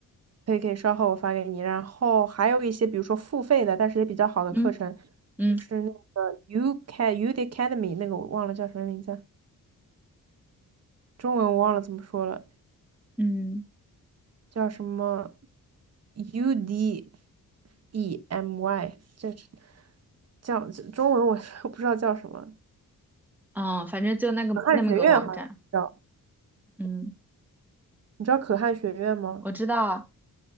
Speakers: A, on the right; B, in the centre.
A: 可以可以，稍后我发给你。然后还有一些，比如说付费的，但是也比较好的课程，
B: 嗯嗯
A: 就是那个 U c U d Academy 那个我忘了叫什么名字，中文我忘了怎么说了，
B: 嗯，
A: 叫什么 U D E M Y，这是叫这中文我我 <laughs> 不知道叫什么，
B: 啊，反正就那个那么个网站。
A: 可汗学院好像叫，
B: 嗯，
A: 你知道可汗学院吗？
B: 我知道